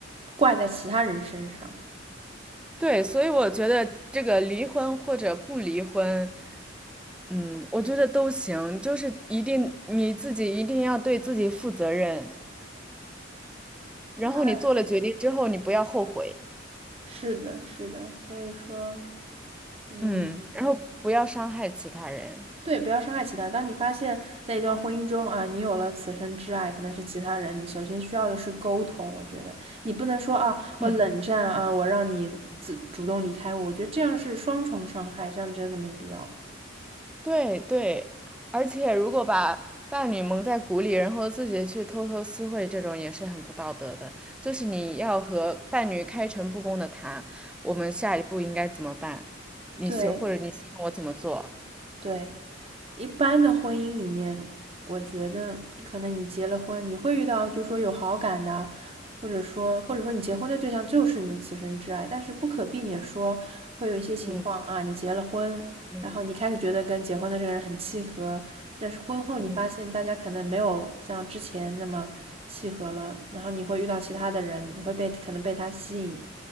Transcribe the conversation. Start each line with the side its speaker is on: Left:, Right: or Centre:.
Right: 怪在其他人身上。
Centre: 对，所以我觉得这个离婚或者不离婚，嗯，我觉得都行，就是一定你自己一定要对自己负责任，然后你做了决定之后，
Right: 那
Centre: 你不要后悔，
Right: 是的，是的，所以说，嗯，
Centre: 嗯，然后不要伤害其他人。
Right: 对，不要伤害其他人当你发现，在一段婚姻中啊，你有了此生挚爱，可能是其他人，你首先需要的是沟通。我觉得你不能说啊，我冷战啊，
Centre: 嗯，
Right: 我让你自主动离开我，我觉得这样是双重伤害，这样真的没必要。
Centre: 对对，而且如果把伴侣蒙在鼓里，然后自己去偷偷私会，这种也是很不道德的。就是你要和伴侣开诚布公的谈，我们下一步应该怎么办？你希或者你希望我怎么做？
Right: 对，对。一般的婚姻里面，我觉得可能你结了婚，你会遇到就是说有好感的，或者说或者说你结婚的对象就是你此生挚爱，但是不可避免说会有一些情况啊，
Centre: 嗯
Right: 你结了婚，
Centre: 嗯
Right: 然后你开始觉得跟结婚的这个人很契合，但是婚后你发现大家可能没有像之前那么契合了，
Centre: 嗯
Right: 然后你会遇到其他的人，
Centre: 嗯，
Right: 你会被可能被他吸引，